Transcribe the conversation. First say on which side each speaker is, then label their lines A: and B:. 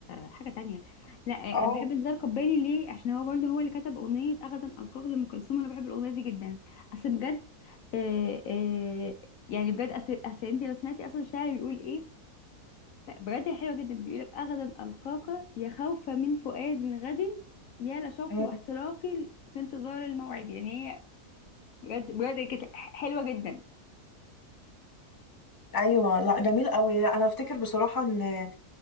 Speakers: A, on the left (about 70°); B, on the left (about 15°).
A: حاجه تانية لا
B: اه
A: آه، بحب نزار قباني ليه عشان هو برضه هو اللي كتب اغنيه اغدا القاك لام كلثوم انا بحب الاغنيه دي جدا اصل بجد آه آه يعني بجد اصل اصل انت لو سمعتي اصلا الشاعر بيقول ايه لا بجد هي حلوة جدا بيقولك أغدا ألقاك يا خوفا من فؤاد غد يا لشوقي
B: مم.
A: واحتراقي في انتظار الموعد يعني هي بجد بجد كانت حلوة جدا
B: ايوه لا جميل قوي انا افتكر بصراحه ان